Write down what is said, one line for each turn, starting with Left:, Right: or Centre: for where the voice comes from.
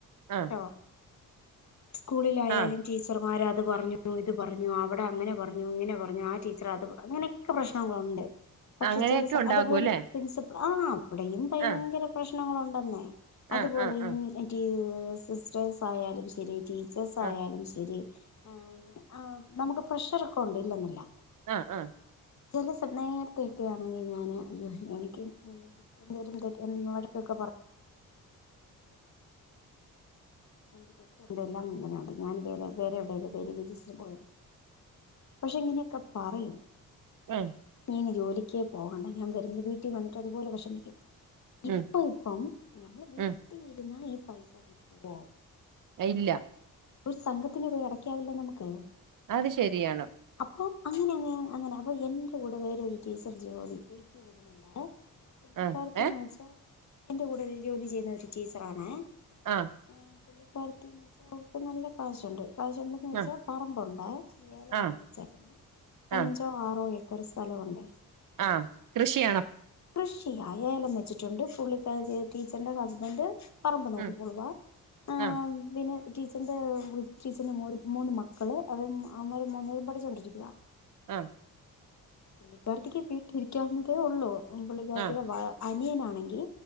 Right: ആഹ്
Left: കേട്ടോ സ്കൂളിലായാലും
Right: ആഹ്
Left: ടീച്ചറ് മാരത് പറഞ്ഞു ഇത് പറഞ്ഞു അവിടെ അങ്ങനെ പറഞ്ഞു ഇങ്ങനെ പറഞ്ഞു ആ ടീച്ചർ അത് അങ്ങനെയൊക്കെ പ്രശ്നങ്ങളുണ്ട് പക്ഷെ
Right: അങ്ങനെയൊക്കെ
Left: ചില സ
Right: ഉണ്ടാകൂല്ലേ
Left: അതുപോലെ പ്രിൻസിപ്പൽ ആ അവിടെയും ഭയങ്കര
Right: ആഹ്
Left: പ്രശ്നങ്ങളുണ്ടെന്നേ. അതുപോലെയും
Right: ആഹ് ആഹ് ആഹ്
Left: മറ്റേ സിസ്റ്റേഴ്സ് ആയാലും ശരി ടീച്ചേർസ് ആയാലും
Right: ആഹ്
Left: ശരി ഈഹ് ആഹ് നമുക്ക് പ്രഷർ ഒക്കെ ഉണ്ട് ഇല്ലെന്നെല്ല
Right: ആഹ് ആഹ്
Left: ചില സമ നേരത്തെയൊക്കെ ആണെങ്കി ഞാന് അയ്യോ എനിക്കും <unintelligible> എനിക്ക് ചുറ്റുമുണ്ട് എല്ലാം ഇങ്ങനെണ്ട് ഞാൻ വേറെ വേറെ എവിടെലും ഡെയ്‌ലി വേജസിന് പോയാലോ പക്ഷെ ഇങ്ങനെയൊക്കെ പറയും
Right: ആ
Left: നീ ഇനി ജോലിക്കേ പോകണ്ട ഞാൻ വെറുതെ എന്റെ വീട്ടിൽ വന്നിട്ട് അതുപോലെ വെഷമിക്കും ഇപ്പം
Right: ഉം
Left: ഇപ്പം ഞമ്മള് വീട്ടിൽ
Right: ഉം
Left: ഇരുന്നാൽ ഈ പൈസ കിട്ടുവോ
Right: ഇല്ല
Left: ഒരു സംഘത്തിന് പോയി അടക്കാവല്ലോ നമ്ക്ക്
Right: അത് ശരിയാണ്
Left: അപ്പൊ അങ്ങനെ അങ്ങനെ അങ്ങനെ അത് എന്റെ കൂടെ വേറെ ഒരു ടീച്ചർ ജോലിക്ക് വര്ന്ന്ണ്ടാവേ പുള്ളിക്കാരത്തീന്ന്
Right: ആ ഏ
Left: വെച്ചാ, എന്റെ കൂടെ ഒരു ജോലി ചെയ്യുന്ന ഒരു ടീച്ചറാണേ.
Right: ആ
Left: ഏഹ് പുള്ളിക്കാരത്തീന്ന് വെച്ചാ അവർക്ക് നല്ല കാശുണ്ട് കാശുണ്ടെന്ന് വെച്ചാ
Right: ആ
Left: പറമ്പുണ്ടേ. ഇച്ചിരി ഏലമാണ്
Right: ആ
Left: വെച്ചേക്കുന്നേ.
Right: ആ
Left: അഞ്ചോ ആറോ ഏ ക്കറ് സ്ഥലമുണ്ടേ
Right: ആ കൃഷിയാ
Left: കൃഷി ആ ഏലം വെച്ചിട്ടുണ്ട് പുള്ളിക്കാരൻ ടീച്ചറിന്റെ ഹസ്ബൻഡ് പറമ്പ് നോക്കിക്കോളുവേ.
Right: ഉം
Left: ഈഹ്
Right: ആ
Left: പിന്നെ ടീച്ചർന്റെ ടീച്ചർന്റെ മൂന്ന് മക്കള് അവര് അവൻമാര് മൂന്ന്പേരും പഠിച്ചോണ്ടിരിക്കാ
Right: ആ
Left: പുള്ളിക്കാരത്തിക്ക് വീട്ടിലിരിക്കാവുന്നതേ ഉള്ളൂ. പുള്ളിക്കാരത്തിയുടെ
Right: ആ
Left: വ അനിയനാണെങ്കി